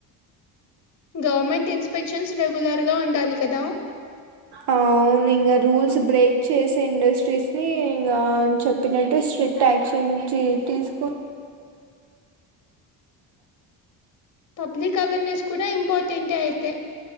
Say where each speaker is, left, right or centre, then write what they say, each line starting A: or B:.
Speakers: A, on the left; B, on the right.
A: గవర్నమెంట్ ఇన్స్పెక్షన్స్ రెగ్యులర్ గా ఉండాలి కదా
B: అవును ఇంకా రూల్స్ బ్రేక్ చేసే ఇండస్ట్రీస్ని ఇంగా చెప్ <unintelligible> స్ట్రిక్ట్ క్షన్ తీసుకు
A: పబ్లిక్ అవేర్నెస్ కూడా ఇంపార్టెంటే అయితే